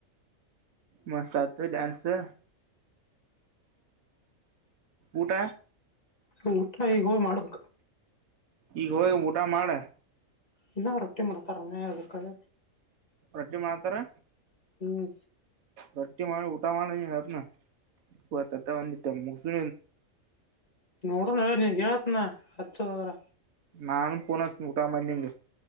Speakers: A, on the right; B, on the left.
A: ಮಸ್ತ್ ಆಯ್ತು ಡ್ಯಾನ್ಸು ಊಟ
B: ಊಟ ಈ ಹೋ ಮಾಡ್ಬೇಕ
A: ಈಗ ಹೋಗಿ ಊಟ ಮಾಡ
B: ಇನ್ನ ರೊಟ್ಟಿ ಮಾಡತಾರನ ಅದಕ್ಕೆ
A: ರೊಟ್ಟಿ ಮಾಡ್ತಾರೆ
B: ಹ್ಮ್
A: ರೊಟ್ಟಿ ಮಾಡ ಊಟ ಮಾಡ ನೀ ರತ್ <unintelligible> ಪೂ ತಟ್ಟ ಮುಕ್ಸು
B: ನೋಡಣ ನೀನ್ ಹೇತ್ನಾ ಹಚ್ಚದದ್ರ
A: ನಾನುಫೋನ್ಸನ ಊಟ ಮಾಡಿ ನಿಂಗೆ